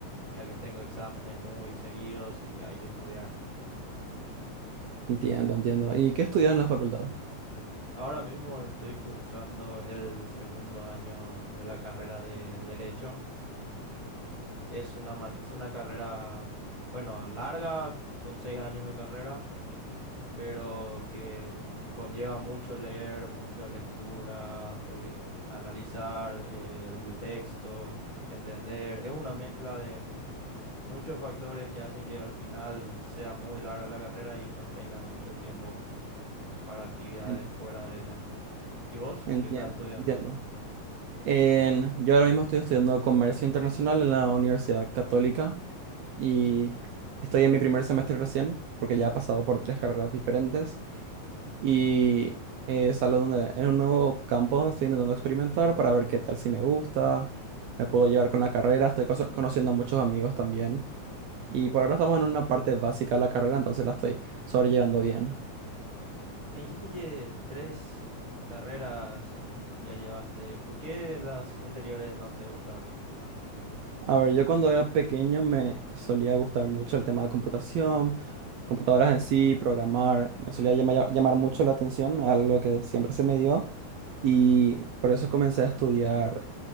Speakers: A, on the left; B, on the right.
A: ya que tengo exámenes muy seguidos y hay que estudiar.
B: Entiendo, entiendo. ¿Y qué estudias en la facultad?
A: Ahora mismo estoy cursando el segundo año de la carrera de Derecho. Es una, ma- es una carrera, bueno, larga, son seis años de carrera. pero que conlleva mucho leer, mucha lectura, eh, analizar eh, el texto, entender. Es una mezcla de muchos factores que hacen que al final sea muy larga la carrera y no tengas mucho tiempo para actividades
B: En-
A: fuera de ella. ¿Y vos
B: Entiendo,
A: qué estás estudiando?
B: entiendo. En- yo ahora mismo estoy estudiando comercio internacional en la Universidad Católica. y estoy en mi primer semestre recién, porque ya he pasado por tres carreras diferentes y eh, es algo donde, es un nuevo campo donde estoy intentando experimentar para ver qué tal si me gusta, me puedo llevar con la carrera, estoy coso- conociendo a muchos amigos también y por
A: Y
B: ahora estamos en una parte básica de la carrera, entonces la estoy sobrellevando bien.
A: Me dijiste que tres carreras ya llevaste. ¿Por qué las anteriores no te gustaron?
B: A ver, yo cuando era pequeño me solía gustar mucho el tema de computación, computadoras en sí, programar, me solía llamar, llamar mucho la atención a lo que siempre se me dio y por eso comencé a estudiar